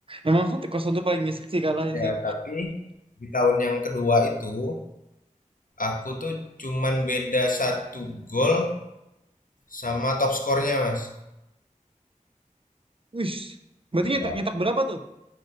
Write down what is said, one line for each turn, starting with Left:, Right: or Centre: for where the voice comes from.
Right: Emang satu kosong tuh paling nyesek sih kalahnya
Left: ya
Right: sih.
Left: tapi di tahun yang kedua itu Aku tuh cuman beda satu gol sama top skornya, Mas.
Right: Wih, berarti
Left: Iya.
Right: nyetak, nyetak berapa tuh?